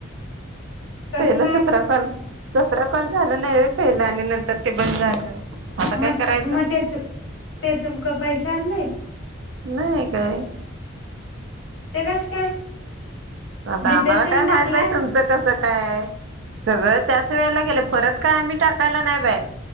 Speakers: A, on the left; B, on the right.
A: कसं
B: पहिला
A: काय
B: सतरा कॉल सतरा कॉल झालं नाही व्हय पहिला आणि नंतर ते बंद झालं. आता काय
A: म
B: करायचं
A: म तेच त्याच का पैशे आले नाहीत?
B: नाही काय?
A: ते कस काय?
B: आता
A: डिटेल
B: आम्हाला
A: तेन
B: काय माहित
A: टाकलाय
B: बाई तुमचं कसं? काय सगळ त्याच वेळेला केलंय, परत काय आम्ही टाकायला नाही बाई